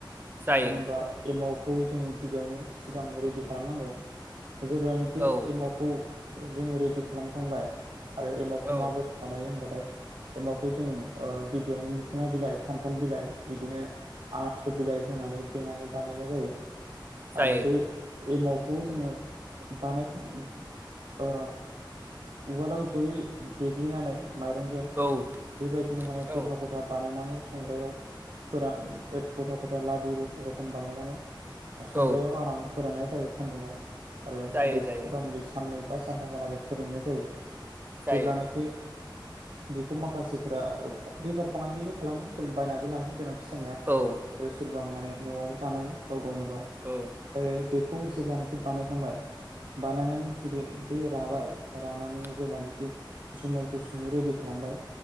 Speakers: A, on the right; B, on the right.
A: जायो
B: मानो होमबा एमावखौ जों- गिबियावनो सिगां रेडि खालामनांगौ जेब्लानाखि
A: औ
B: एमावखौ जोङो रेडि खालामखांबाय आरो एमावखौ
A: औ
B: माबो- बानायो होमबाथाय एमावखौ जों ओ गिबियावनो मोखोना बिलाइ खान्थाल बिलाइ बिदिनो- आनारस बिलाइ होनानै देनानै बानायनाय जायो।
A: जायो
B: आरो बै एमावखौ जोङो बानायखां ओ उवालाव जयै देग्लिनानै माइरंजों
A: औ
B: बेबायदिनो माने
A: औ
B: ग'था ग'- बानायनानै संग्रायाव फोरान ग'था ग'था लादु रखम बानायनानै संग्रायाव
A: औ
B: आराम फोराननाय जायो सान्दुुङाव आरो
A: जायो
B: बे
A: जायो
B: मथा मथि साननै बा सानथाम हालागै फोराननाय जायो
A: जायो
B: जेब्लानाखि
A: औ औ
B: बेखौ माखासेफोरा बेफार फालांगिबो खालामो सोरबा बायनाबो लाङो गोनांथि जानाया
A: औ औ
B: आरो सोरबा माने न'आवबो बानायो गाव गावनो गाव
A: औ।
B: ओमफ्राय बेखौ जेब्लानाखि बानायखांबाय बानायनानै जुदि बै राबाय रानानै
A: औ
B: जेब्लानाखि जुमायखौ संनो रेडि खालामबाय